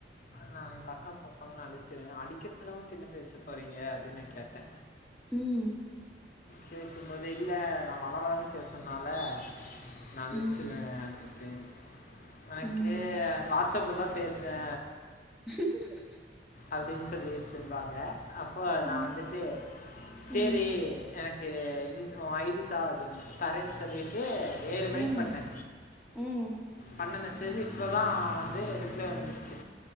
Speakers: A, on the left (about 50°); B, in the centre.
A: நா எங்க அக்கா பாப்பாங்கனு நா அழிச்சிருவே அடிக்கிற அளவுக்கு என்ன பேச போறீங்க அப்டின்னு நா கேட்டே
B: ம்
A: கேக்கும்போது இல்ல நா வளவளன்னு பேசுனால நா அழிச்சிருவே
B: ம்
A: அப்டின் நா
B: ம்
A: கே வாட்ஸ்அப்ல தா பேசுவே
B: <inaudible>
A: அப்டின்னு சொல்லிட்டுருந்தாங்க அப்போ
B: ம்
A: நா
B: ம்
A: வந்துட்டு சேரி
B: ம்
A: எனக்கு ம் உ ஐ டி தா அப்டின்னே தரேன்னு சொல்லிட்டு ஏழு
B: ம்
A: மணிக்கு பண்ணே
B: ம்
A: பண்ண மெஸ் சேசு இப்ப தா வந்து ரிப்ளே வந்துச்சு